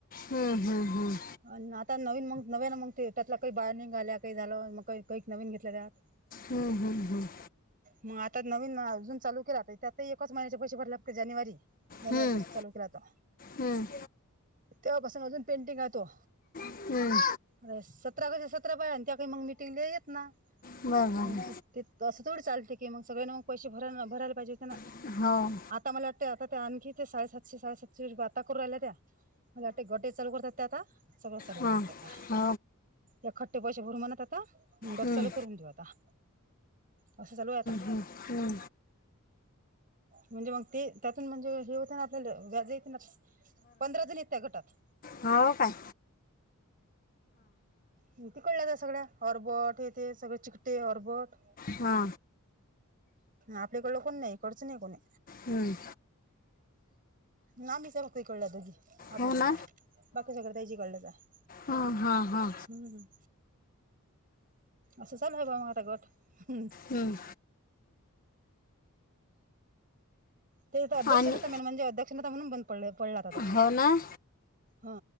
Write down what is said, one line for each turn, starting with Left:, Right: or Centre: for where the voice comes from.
Left: हम्म. हम्म. हम्म.
Right: हां. आता नवीन मग नव्यान, मग ते, त्यातला काही बाया नाही आल्या. काही झालं मग का काही नवीन घेतल्या त्या.
Left: हम्म. हम्म. हम्.
Right: मग आता नवीन अजून चालू केला. तर त्यातही एकाच महिन्याचे पैसे भरले लागते जानेवारी. जानेवारी
Left: हम्म,
Right: पासून चालू केलाता.
Left: हम्म,
Right: तेव्हापासून अजून पेंडिंग आहे तो.
Left: हम्म.
Right: अरे सतरा गावच्या सतरा बाया एत आणि त्या काही मग मिटिंगला येईत ना.
Left: बरोबर
Right: मग
Left: आहे.
Right: ते ते असं थोडं चालते की मग सगळ्यांनी मग पैसे भय भरायला पाहिजे होते ना?
Left: हो हां
Right: आता मला वाटतंय, आता त्या आणखी ते साडे सातशे साडे सातशे रुपये आता बाता करू राहिल्या त्या. मला वाटते गटही चालू करत्यात त्या आता. सगळंच चालू
Left: हां
Right: करतात आता.
Left: हो का
Right: ईखट्टे पैसे भरु म्हणत आता गट
Left: हम्म,
Right: चालू करून देऊ आता. असं चालूय आता.
Left: हं हम्म.
Right: म्हणजे मग ते, त्यातून म्हणजे हे होते ना? आपल्याला व्याज येत ना? पंधरा जणी आहेत त्या गटात.
Left: होयं कायं
Right: तीकळे कळलां जां सगळ्यां ऑरबोट हे ते सगळें चिकटे ऑरबोट
Left: हां
Right: आपल्याकडलं कोणं नाहीं इकडचं नाहीं कोणी
Left: हम्मं
Right: नां मीच फक्ती कळलं दोझी आपल्याकडलं
Left: हो ना
Right: बाकी सगळं त्यांची कळलंच आहे
Left: हं हां हां
Right: हम्मं असं चालूं आहे बां मं गंट
Left: हम्मं
Right: ते अध्यक्षांनी
Left: आणि
Right: म्हणे अध्यक्षता म्हणूंन बंद प पडला होतां तो
Left: होणां
Right: हां